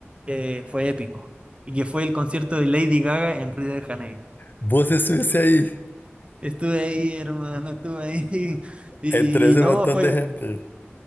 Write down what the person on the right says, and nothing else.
que fue épico. Y que fue el concierto de Lady Gaga en Río de Janeiro.
Estuve ahí, hermano, estuve ahí. <laughs> Y,
y no,
fue,